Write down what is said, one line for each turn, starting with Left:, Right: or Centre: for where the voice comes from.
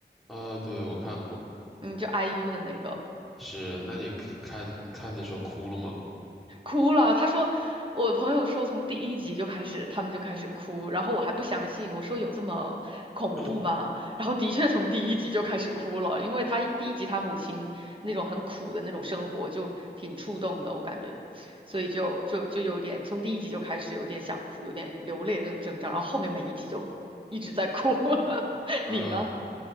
Centre: 啊，对，我看过，
Right: 嗯，就 IU 的那个。
Centre: 是，那你看看看的时候哭了吗？
Right: 哭了。他说，我朋友说从第一集就开始，他们就开始哭，然后我还不相信，我说有这么恐怖吗？
Centre: <laughs>
Right: 然后的确从第一集就开始哭了，因为他第一集他母亲那种很苦的那种生活就挺触动的，我感觉，所以就就就有点从第一集就开始有点想哭，有点流泪的那种征兆，然后后面每一集就一直在哭。<laughs>
Centre: 啊，
Right: 你呢？